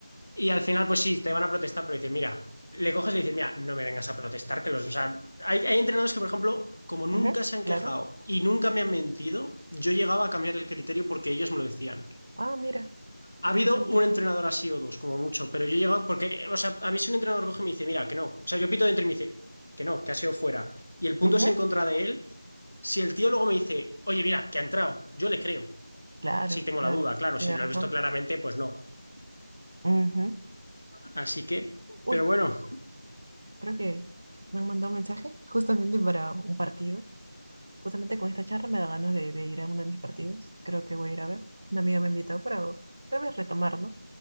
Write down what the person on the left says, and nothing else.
y al final pues sí, te van a protestar, pero dices, mira, le coges y le dices, mira, no me vengas a protestar, que los, o sea, hay, hay entrenadores que por ejemplo, como nunca
se han
quejado y nunca me han mentido, yo llegaba a cambiar el criterio porque ellos me lo decían.
Ha
habido un entrenador así o dos, como mucho, pero yo he llegado, porque, o sea, a mí si un entrenador coge y me dice, mira, que no, o sea, yo pito dentro y me dice, que no, que ha sido fuera, y el punto
es en contra de él, si el tío luego me dice, oye, mira, que ha entrado, yo le creo,
si tengo
la duda, claro,
si lo
he visto claramente, pues no.
Así que,
pero bueno,